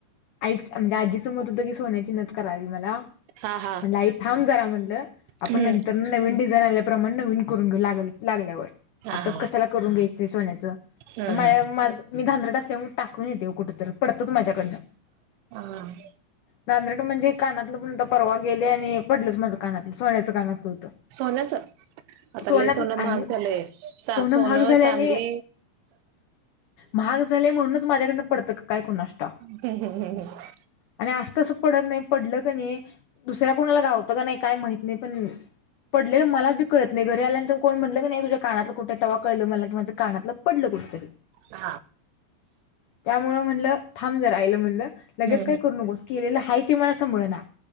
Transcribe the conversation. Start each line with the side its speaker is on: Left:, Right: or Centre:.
Left: आईच म्हणजे आजीचं मत होतं की सोन्याची नथ करावी मला
Right: हा हा
Left: म्हण आई थांब करा म्हटलं आपण
Right: हम्म
Left: नंतरन नवीन डिझाईन आल्यापमाण नवीन करून घेऊ लाग लागल्यावर
Right: हा
Left: आताच
Right: हा
Left: कशाला करून घ्यायचंय सोन्याच
Right: हम्म
Left: माय
Right: हम्म
Left: माझं मी धांदरट असल्यामुळं टाकून येते ओ कुठतर पडतंच माझ्याकडन
Right: ह
Left: धांदरट म्हणजे कानातलं पण तर परवा गेले आणि पडलच माझं कानातलं सोन्याचं कानातल होतं
Right: सोन्याचं आता
Left: सोन्याचंच
Right: लई सोन
Left: आहे
Right: महाग झालय चा सोनं,
Left: महाग झाल्याने
Right: चांदी
Left: महाग झाल म्हणूनच माझ्याकडन पडतं काय कुणाष्ठव
Right: हम, हम, हम, हम
Left: आणि आस तसं पडत नाही पडलं क नाही दुसऱ्या कोणाला घावतं का नाही काय माह नाही पण पडलेलं मला पण कळत नाही घरी आल्यानंतर कोण म्हटलं की नाही तुझ्या कानातल कुठे तवा कळल मला की माझं कानातलं पडलं कुठतरी
Right: हा
Left: त्यामुळं म्हणलं थांब जरा आईला म्हणलं लगेच
Right: हम्म
Left: काय करू नकोस की केलेलं हाय ती मला संभळणा